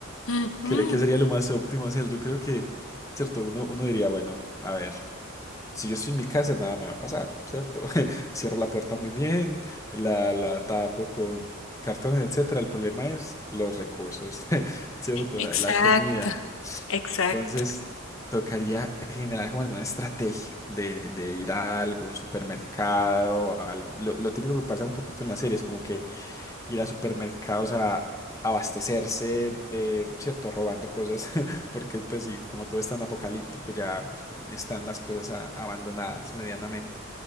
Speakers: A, on the left (about 80°); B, on the left (about 15°).
A: Ujú.
B: ¿Qué, qué sería lo más óptimo hacer? Yo creo que, cierto, uno, uno diría, bueno, a ver. Si yo estoy en mi casa, nada me va a pasar, ¿cierto? <laughs> Cierro la puerta muy bien, la, la tapo con cartones, etcétera. El problema es los recursos, <laughs> ¿cierto?
A: Exacto,
B: La, la comida.
A: exacto.
B: Entonces, tocaría generar como alguna estrategia de, de ir a algún supermercado, a algo- lo, lo típico que pasa un poquito en las series, como que ir a supermercados a abastecerse, eh, ¿cierto? Robando cosas, <laughs> porque pues sí, como todo es tan apocalíptico, ya están las cosas a- abandonadas medianamente.